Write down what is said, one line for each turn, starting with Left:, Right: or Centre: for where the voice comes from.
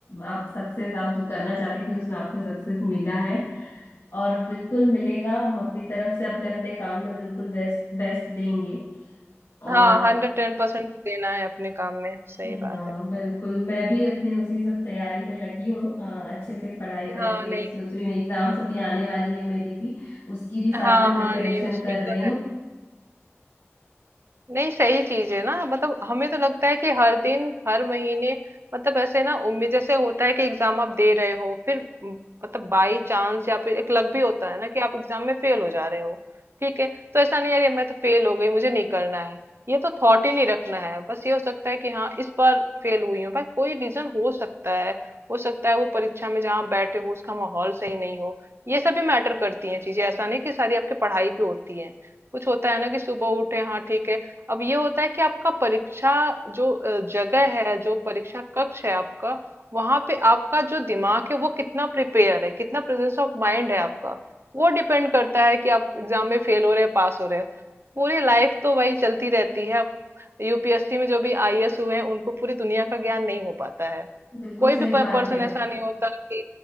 Left: आप सक्सेस आप जो करना चाहती थी उसमें आपको सक्सेस मिला है और बिल्कुल मिलेगा हम अपनी तरफ से अपने अपने काम में बिल्कुल बेस्ट बेस्ट देंगे
Right: हाँ
Left: और
Right: हंड्रेड टेन परसेंट देना है अपने काम में सही
Left: हाँ
Right: बात है
Left: बिल्कुल मैं भी अपनी उसी सब तैयारी में लगी हूँ अ, अच्छे से पढ़ाई करके
Right: हाँ नहीं
Left: सोच रही हूँ एग्जाम्स अभी आने वाली है मेरी भी उसकी भी साथ
Right: हाँ
Left: में प्रिपरेशन
Right: हाँ नहीं उसमें
Left: कर रही
Right: तो
Left: हूँ
Right: है नहीं सही चीज है ना मतलब हमें तो लगता है कि हर दिन हर महीने मतलब ऐसे ना उम्मीद जैसे होता है कि एग्जाम आप दे रहे हो फिर म, मतलब बाई चांस या फिर एक लक भी होता है ना कि आप एग्जाम में फेल हो जा रहे हो ठीक है तो ऐसा नहीं यार ये मैं तो फेल हो गई मुझे नहीं करना है ये तो थॉट ही नहीं रखना है बस ये हो सकता है कि हाँ इस बार फेल हुई हूँ भाई कोई रीजन हो सकता है हो सकता है वो परीक्षा में जहाँ आप बैठे हो उसका माहौल सही नहीं हो ये सब भी मैटर करती हैं चीजें ऐसा नहीं कि सारी आपकी पढ़ाई पे होती है कुछ होता है ना कि सुबह उठे हाँ ठीक है अब ये होता है कि आपका परीक्षा जो अ, जगह है जो परीक्षा कक्ष है आपका वहां पे आपका जो दिमाग है वो कितना प्रिपेयर है कितना प्रेजेंस ऑफ माइंड है आपका वो डिपेंड करता है कि आप एग्जाम में फेल हो रहे हैं पास हो रहे हैं पूरी लाइफ तो वही चलती रहती है अब यूपीएससी में जो भी आईएएस हुए हैं उनको पूरी दुनिया का ज्ञान नहीं हो पाता है
Left: बिल्कुल
Right: कोई
Left: सही
Right: भी पर्सन
Left: बात है
Right: ऐसा नहीं होता कि